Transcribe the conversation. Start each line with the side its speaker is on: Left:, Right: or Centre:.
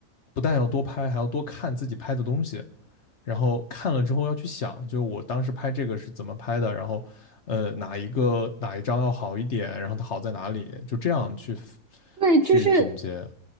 Left: 不但要多拍，还要多看自己拍的东西。然后看了之后要去想，就我当时拍这个是怎么拍的，然后呃哪一个哪一张要好一点，然后它好在哪里，就这样去
Right: 对，
Left: 去总结。
Right: 就是